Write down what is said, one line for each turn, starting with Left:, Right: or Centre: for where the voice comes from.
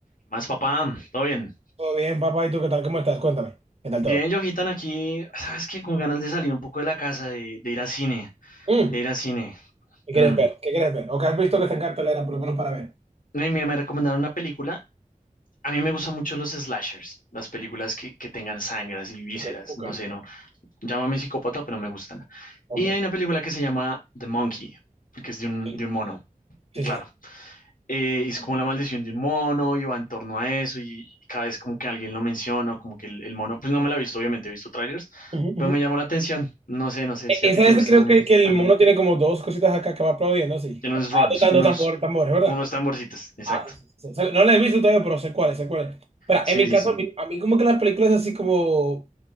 Left: Más papá, todo bien.
Right: Todo bien, papá. ¿Y tú qué tal? ¿Cómo estás? Cuéntame. ¿Qué tal
Left: Bien,
Right: todo?
Left: yojitan aquí, ¿sabes qué? Con ganas de salir un poco de la casa, de, de ir al cine,
Right: Mm,
Left: de ir al cine.
Right: ¿Qué quieres
Left: Mm.
Right: ver? ¿Qué quieres ver? ¿O qué has visto que está en cartelera, por lo menos para ver?
Left: Eh, Mira, me recomendaron una película. A mí me gustan mucho los slashers, las películas que, que tengan sangras y vísceras.
Right: Ok, ok,
Left: No sé, no. Llámame psicópata, pero me gustan.
Right: ok.
Left: Y hay una película que se llama The Monkey, que es de un,
Right: Sí,
Left: de un mono.
Right: sí,
Left: Claro,
Right: sí. sí.
Left: eh, es como la maldición de un mono y va en torno a eso y, y cada vez como que alguien lo menciona, o como que el, el mono, pues no me la he visto, obviamente he visto trailers,
Right: Ujú,
Left: pero
Right: ujú.
Left: me llamó la atención. No sé, no sé
Right: E-
Left: si
Right: Esa
Left: a ti te
Right: es,
Left: gusten
Right: creo que, que el
Left: tan,
Right: mono tiene como dos cositas acá que va aplaudiendo, sí.
Left: unos
Right: Ah,
Left: drums,
Right: tocando
Left: unos,
Right: tambores, tambores, ¿verdad?
Left: unos tamborcitos, exacto.
Right: Ah, sí, sí. no la he visto todavía, pero sé cuáles, sé cuáles. Pero
Left: Sí,
Right: en mi
Left: sí,
Right: caso,
Left: sí.
Right: a mí, a mí como que las películas así como